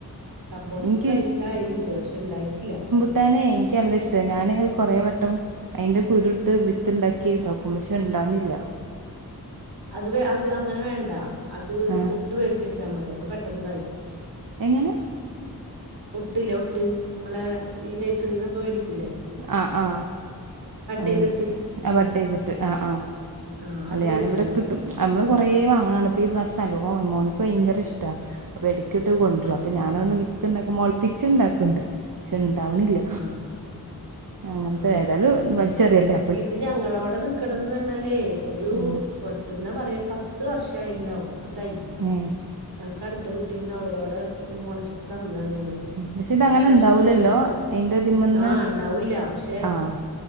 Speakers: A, on the right; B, on the right.
A: സപ്പോർട്ട
B: എനിക്കും
A: ക തൈണ്ട് പക്ഷെണ്ടായിട്ടില്ല
B: ട്ടാനെ എനിക്ക്ല്ല ഇഷ്ടാ ഞാന് കൊറെ വട്ടം അയിന്റെ കുരുട്ട് വിത്ത്ണ്ടാക്കി തോക്കും പക്ഷേ ഇണ്ടാവ്ണില്ല
A: അത് വ അത് അങ്ങനെ വേണ്ട അത്
B: ആ
A: ഒട്ട് മേടിച്ച് വെച്ചാൽ മതി അപ്പൊ പെട്ടെന്ന് കായിക്കും
B: എങ്ങനെ
A: ഒട്ടില്ല ഒട്ട് മ്മളെ ഈ നഴ്സറിന്നൊക്കെ മേടിക്കൂല്ലേ
B: ആഹ് ആഹ് അങ്ങനത്തെ
A: ചെയ്തിട്ട്
B: ആഹ് ബഡേയ്തിട്ട് ആഹ് ആഹ
A: ആ
B: അല്ല
A: അത്
B: ഞാനവിടെ
A: വേടിച്ചാ മതി
B: കിട്ടും നമ്മള് കുറേ വാങ്ങാണാണ് ഈ പ്രാവശ്യത്തെ നല്ലോ മോൻക്ക് ഭയങ്കര ഇഷ്ടാ അപ്പ എടക്കിട്ട് കൊണ്ടരും
A: ആ
B: അപ്പൊ ഞാനന്ന് വിത്ത്ണ്ടാക്ക മുളപ്പിച്ച ണ്ടാക്ക്ണ്ട് പക്ഷെ ഉണ്ടാവ്ണില്ല
A: ആ
B: അങ്ങനത്തെ
A: ആഹ്
B: ഏതാലും വലിച്ചറിയല്ലേ
A: ഇത് ഞങ്ങളോടെ നിക്കണത്ന്നാലേ ഒരു
B: ഉം
A: ഒ എന്നാ പറയാ പത്ത് വർഷം ആയിണ്ടാവും തൈ
B: ഏഹ്
A: ഞങ്ങക്ക് അടുത്ത വീട്ടിൽ നിന്ന് അവരോടെ മുളച്ചിട്ട് തന്നതാണ് ഞങ്ങ
B: പക്ഷെ ഇതങ്ങനെ
A: ഇപ്രാവശ്യം
B: ഉണ്ടാവൂലല്ലോ
A: വന്നിട്ട്
B: അയിന്റെ ഇതിമന്ന്
A: ആഹ് ഉണ്ടാവുല്ല പക്ഷെ
B: ആഹ്